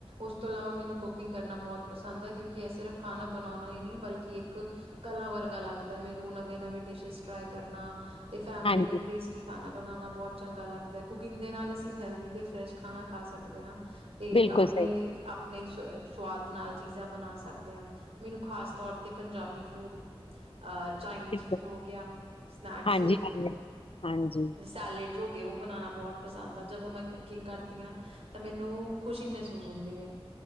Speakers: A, on the right (about 80°); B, on the left (about 65°).
A: ਉਸ ਤੋਂ ਇਲਾਵਾ ਮੈਨੂੰ ਕੁਕਿੰਗ ਕਰਨਾ ਬਹੁਤ ਪਸੰਦ ਹੈ ਕਿਉਂਕਿ ਇਹ ਸਿਰਫ਼ ਖਾਣਾ ਬਣਾਉਣਾ ਹੀ ਨਹੀਂ, ਬਲਕਿ ਇੱਕ ਕਲਾ ਵਰਗਾ ਲੱਗਦਾ ਮੈਨੂੰ ਨਵੇਂ ਨਵੇਂ ਡਿਸ਼ਜ਼ ਟ੍ਰਾਈ ਕਰਨਾ ਤੇ ਫੈਮਿਲੀ
B: ਹਾਂਜੀ
A: ਲਈ ਟੇਸਟੀ ਖਾਣਾ ਬਣਾਣਾ ਬਹੁਤ ਚੰਗਾ ਲੱਗਦਾ ਹੈ, ਕੁਕਿੰਗ ਦੇ ਨਾਲ ਅਸੀਂ ਹੈਲਦੀ ਤੇ ਫਰੈਸ਼ ਖਾਣਾ ਖਾ ਸਕਦੇ ਹਾਂ। ਤੇ
B: ਬਿਲਕੁਲ
A: ਆਪਣੇ
B: ਸਹੀ
A: ਆਪ ਆਪਣੇ ਸਵਾਦ ਨਾਲ ਚੀਜ਼ਾਂ ਬਣਾ ਸਕਦੇ ਆ ਮੈਨੂੰ ਖਾਸ ਤੌਰ ਤੇ ਪੰਜਾਬੀ ਫੂਡ ਅ ਚਾਈਨੀਜ਼
B: ਬਿਲਕੁਲ
A: ਫੂਡ ਹੋ ਸਨੈਕਸ
B: ਹਾਂਜੀ
A: ਹੋ ਗਏ
B: ਹਾਂਜੀ। ਹਾਂਜੀ
A: ਸੇਲਡ ਹੋ ਗ ਉਹ ਬਣਾਣਾ ਬਹੁਤ ਪਸੰਦ ਆ ਜਦੋਂ ਮੈਂ ਕੁਕਿੰਗ ਕਰਦੀ ਹਾਂ ਤਾਂ ਮੈਨੂੰ ਖੁਸ਼ੀ ਮਹਿਸੂਸ ਹੁੰਦੀ ਹੈ